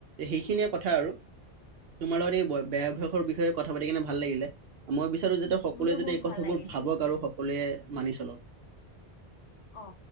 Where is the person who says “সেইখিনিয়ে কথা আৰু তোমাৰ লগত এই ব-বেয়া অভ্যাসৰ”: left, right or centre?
Right